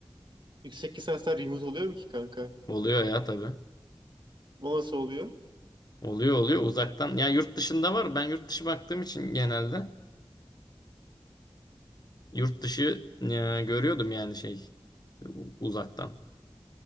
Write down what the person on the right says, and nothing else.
Yüksek lisanslar remote oluyor mu ki kanka?
O nasıl oluyor?